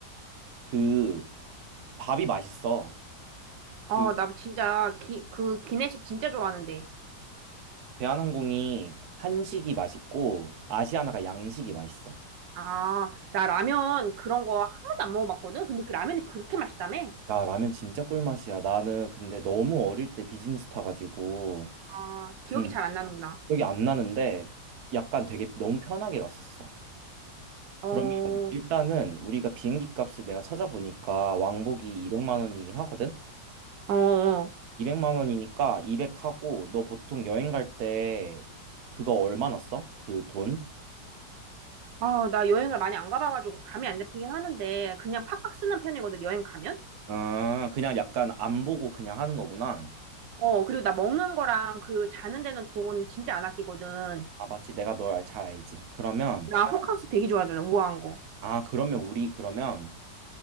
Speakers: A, on the right (about 60°); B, on the right (about 85°).
A: 그 밥이 맛있어. 그
B: 어, 나 진짜 기, 그 기내식 진짜 좋아하는데.
A: 대한항공이 한식이 맛있고 아시아나가 양식이 맛있어.
B: 아, 나 라면 그런 거 한 번도 안 먹어봤거든? 근데 그 라면이 그렇게 맛있다며?
A: 야, 라면 진짜 꿀맛이야. 나는 근데 너무 어릴 때 비즈니스 타가지고,
B: 아, 기억이
A: 음,
B: 잘 안 나는구나.
A: 기억이 안 나는데, 약간 되게 너무 편하게 갔었어.
B: 어,
A: 그러면 일단은 우리가 비행기 값을 내가 찾아보니까 왕복이 200만 원이긴 하거든?
B: 어, 어.
A: 200만 원이니까 200하고, 너 보통 여행 갈 때 그거 얼마나 써? 그 돈?
B: 아, 나 여행을 많이 안 가봐가지고 감이 안 잡히긴 하는데 그냥 팍팍 쓰는 편이거든, 여행 가면?
A: 아, 그냥 약간 안 보고 그냥 하는 거구나.
B: 어, 그리고 나 먹는 거랑 그 자는 데는 돈 진짜 안 아끼거든.
A: 아, 맞지. 내가 널 잘 알지. 그러면,
B: 나 호캉스 되게 좋아하잖아, 우아한 거.
A: 아, 그러면 우리 그러면